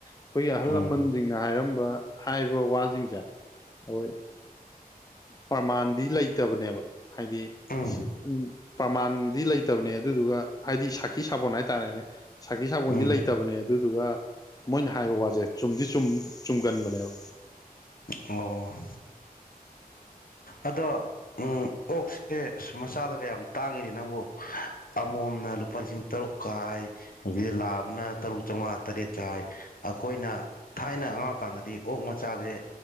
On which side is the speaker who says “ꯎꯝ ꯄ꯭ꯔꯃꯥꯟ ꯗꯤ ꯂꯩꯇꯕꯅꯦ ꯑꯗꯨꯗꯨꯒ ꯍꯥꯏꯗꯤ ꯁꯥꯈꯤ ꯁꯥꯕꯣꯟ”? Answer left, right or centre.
Left